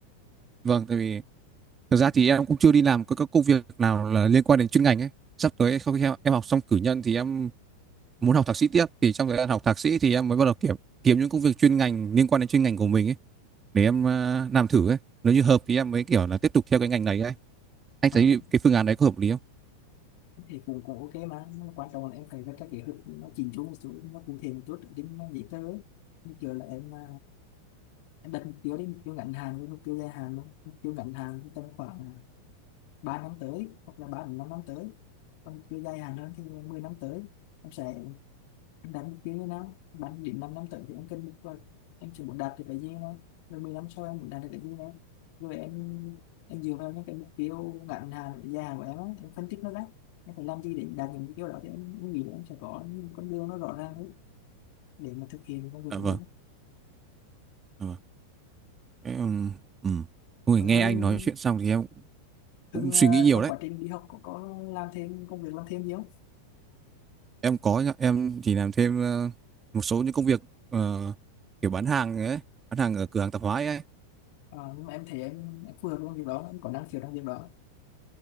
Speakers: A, on the right; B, on the left.
A: Vâng, tại vì thực ra thì em cũng chưa đi làm các các công việc nào là liên quan đến chuyên ngành ấy. Sắp tới sau khi em, em học xong cử nhân thì em muốn học thạc sĩ tiếp thì trong thời gian học thạc sĩ thì em mới bắt đầu kiểu kiếm những công việc chuyên ngành liên quan đến chuyên ngành của mình ấy để em à, làm thử ấy. Nếu như hợp thì em mới kiểu là tiếp tục theo cái ngành này ấy. Anh
B: à
A: thấy cái phương án đấy có hợp lý không?
B: thì cũng cũng ok mà Nhưng quan trọng là em phải có cái kế hoạch nó chỉnh chu một chút nó cụ thể một chút đến tính nó dễ tới như kiểu là em à, em đặt mục tiêu đi mục tiêu ngắn hạn với mục tiêu dài hạn luôn mục tiêu ngắn hạn thì tầm khoảng à, 3 năm tới hoặc là 3 đến 5 năm tới còn mục tiêu dài hạn hơn thì 10 năm tới em sẽ em đánh cái nó đánh đến năm năm tới thì em cân nhắc rồi em chỉ muốn đạt được cái gì mà rồi 10 năm sau em muốn đạt được cái gì nữa, rồi em em dựa vào những cái mục tiêu ngắn hạn và dài hạn của em á em phân tích nó ra em phải làm gì để đạt những mục tiêu đó thì em em nghĩ là em sẽ có những con đường nó rõ ràng ấy để mà thực hiện công việc
A: Dạ
B: của
A: vâng,
B: mình
A: dạ vâng. em um, ừm. Ôi,
B: Rồi
A: nghe
B: Hưng
A: anh nói chuyện xong thì em
B: Hưng
A: cũng suy
B: à,
A: nghĩ nhiều
B: trong
A: đấy.
B: quá trình đi học có, có làm thêm công việc làm thêm gì không
A: Em có nhá, em chỉ làm thêm ờ, một số những công việc ờ, kiểu bán hàng ấy, bán hàng ở cửa hàng tạp hóa ấy.
B: Ờ, nhưng mà em thấy em, em phù hợp với công việc đó em có năng khiếu trong việc đó